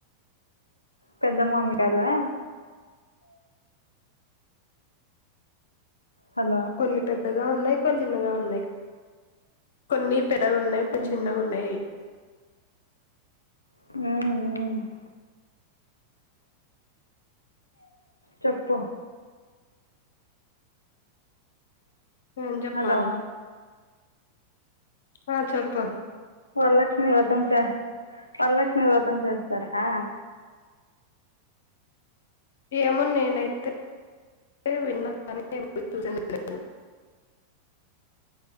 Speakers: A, on the left; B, on the left.
A: పెద్ద మామిడికాయలా హలో
B: కొన్ని పెద్దగా ఉన్నాయి కొన్ని చిన్నగా ఉన్నాయి కొన్ని పెదావి ఉన్నాయి కొన్ని
A: హ్మ్
B: చిన్నగా ఉన్నాయి
A: <unintelligible> చెప్పు
B: ఏమ్ జేప్పాలా
A: హలో
B: ఆ చెప్పు
A: వరలక్ష్మి వ్రతం సా వరలక్ష్మి వ్రతం చేస్తారా
B: ఏమో నేనైతే తే విన్నా కానీ <unintelligible>